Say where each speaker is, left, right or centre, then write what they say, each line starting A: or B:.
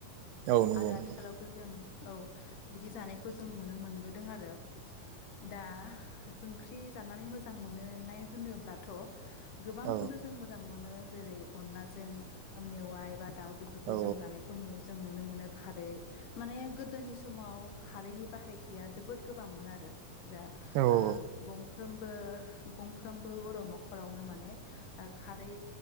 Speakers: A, on the right (about 85°); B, on the left (about 70°).
A: औ नंगौ
B: आरो आथिखालावबो
A: नंगौ
B: जों औ बिदि जानायखौ जों नुनो मोनबोदों आरो। दा ओंख्रि जानानै मोजां मोनाय होनोब्लाथ' गोबांखौनो
A: औ
B: जों मोजां मोनो जेरै अनलाजों मे <unintelligible> वायब दाउ बेफोरखौ
A: औ
B: जों जानायखौ नुो जोंु <unintelligible> नुनो मोनो खारै माने गोदोनि समाव खारैनि बाहायथिया जोबोद गोबांमोन आरो। दा
A: औ नंगौ
B: ग <inaudible> गंफ्रोमबो बर' न'खरावनो माने खारै